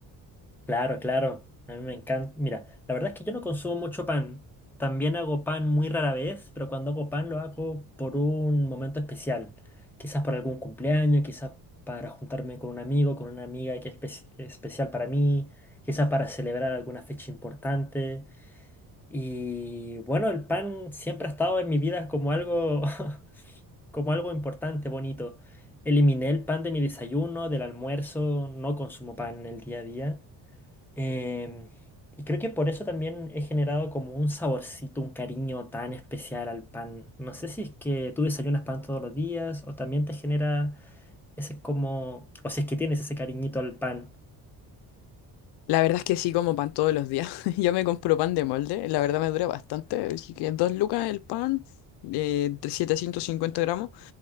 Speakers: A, in the centre; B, on the left.
A: Claro, claro. A mí me encanta. Mira, la verdad es que yo no consumo mucho pan. También hago pan muy rara vez, pero cuando hago pan lo hago por un momento especial. Quizás por algún cumpleaños, quizás para juntarme con un amigo, con una amiga que es espe- especial para mí, quizás para celebrar alguna fecha importante. Y bueno, el pan siempre ha estado en mi vida como algo, <laughs> como algo importante, bonito. Eliminé el pan de mi desayuno, del almuerzo, no consumo pan en el día a día. Em, y creo que por eso también he generado como un saborcito, un cariño tan especial al pan. No sé si es que tú desayunas pan todos los días o también te genera ese como, o si es que tienes ese cariñito al pan.
B: La verdad es que sí como pan todos los días. <laughs> Yo me compro pan de molde, la verdad me dura bastante. Así que dos lucas el pan, eh, 750 gramos.